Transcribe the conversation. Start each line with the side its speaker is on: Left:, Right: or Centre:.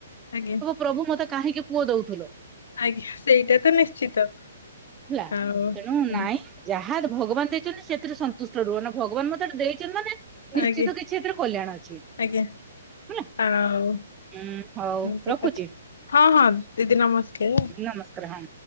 Left: ଆଜ୍ଞା।
Right: ପ୍ରଭୁ ମତେ କାହିଁକି ପୁଅ ଦଉଥୁଲ?
Left: ଆଜ୍ଞା ସେଇଟା ତ ନିଶ୍ଚିତ।
Right: ହେଲା
Left: ଆଉ
Right: ତେଣୁ
Left: ଏମିତି
Right: ନାଇଁ ଯାହା ଦ ଭଗବାନ୍ ଦେଇଛନ୍ତି ସେଥିରେ ସନ୍ତୁଷ୍ଟ ରୁହ ନା ଭଗବାନ୍ ମତେ ଏଟା ଦେଇଛନ୍ତି ମାନେ ନିଶ୍ଚିତ
Left: ଆଜ୍ଞା
Right: କିଛି ଏଥିରେ କଲ୍ୟାଣ ଅଛି।
Left: ଆଜ୍ଞା।
Right: ହେଲା
Left: ଆଉ
Right: ଉଁ ହଉ
Left: ଏମିତି
Right: ରଖୁଚି।
Left: କଥା ହଁ ହଁ ଦିଦି ନମସ୍କା
Right: ନମସ୍କାର ହଁ।